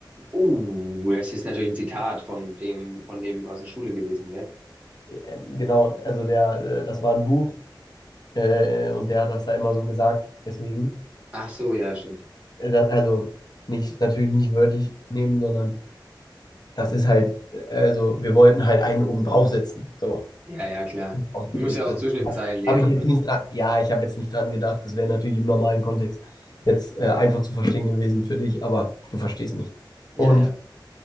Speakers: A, on the right; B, on the left.
A: Oh, das ist natürlich ein Zitat von dem, von dem aus der Schule gewesen, gell?
B: äh, genau, also der, äh, das war ein Buch äh, und der hat das da immer so gesagt. Deswegen,
A: Ach so, ja, stimmt.
B: äh, das, also nicht, natürlich nicht wörtlich nehmen, sondern das ist halt, äh, also wir wollten halt einen oben draufsetzen. So,
A: Ja, ja, klar.
B: ausgedrückt.
A: Du musst ja
B: Das
A: auch zwischen den Zeilen lesen
B: habe ich jetzt
A: dort.
B: nicht dran, ja, ich habe jetzt nicht dran gedacht. Das wäre natürlich im normalen Kontext jetzt äh, einfach zu verstehen gewesen für dich, aber du verstehst mich.
A: Ja,
B: Und
A: ja.